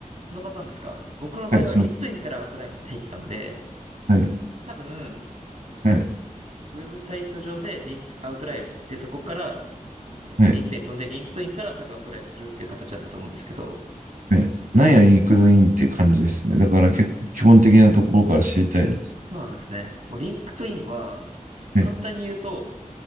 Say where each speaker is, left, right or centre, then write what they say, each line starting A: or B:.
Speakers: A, on the right; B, on the right.
A: そのパターンですか僕の場合はリンクトインからアウトラインに入ったんで、
B: はい、その、はい、
A: 多分、
B: はい、
A: ウェブサイト上でリンク、アウトラインを知って、そこから、えっと、
B: はい。
A: リンクトインに飛んで、リンクトインから多分アプライするっていう形だったと思うんですけど、
B: はい。なんやリンクドインって感じですね。だから結構基本的なところから知りたいです。
A: あ、そうなんですね。もうリンクトインは、
B: はい、
A: 簡単に言うと、